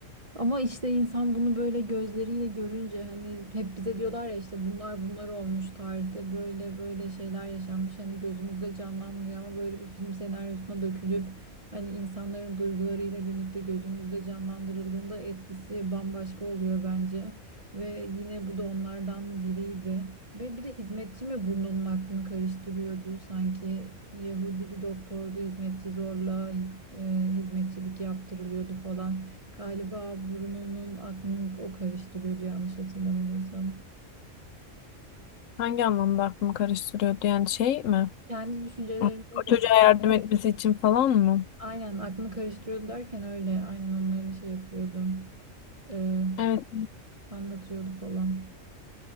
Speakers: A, on the right (about 30°); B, on the left (about 75°).
A: Ama işte insan bunu böyle gözleriyle görünce hani hep bize diyorlar ya işte bunlar bunlar olmuş tarihte böyle böyle şeyler yaşanmış hani gözümüzde canlanmıyor ama böyle bir film senaryosuna dökülüp hani insanların duygularıyla birlikte gözümüzde canlandırıldığında etkisi bambaşka oluyor bence ve yine bu da onlardan biriydi. Ve bir de hizmetçi mi burnunun aklını karıştırıyordu? Sanki Yahudi bir doktordu, hizmetçi zorla e, hizmetçilik yaptırılıyordu falan. Galiba burnunun aklını o karıştırıyordu yanlış hatırlamıyorsam.
B: Hangi anlamda aklımı karıştırıyor diyen şey mi?
A: Kendi düşüncelerini
B: O
A: de
B: çocuğa
A: işte,
B: yardım etmesi için falan mı?
A: aynen aklını karıştırıyordu derken öyle aynen onları şey yapıyordu. e,
B: Evet,
A: anlatıyordu falan.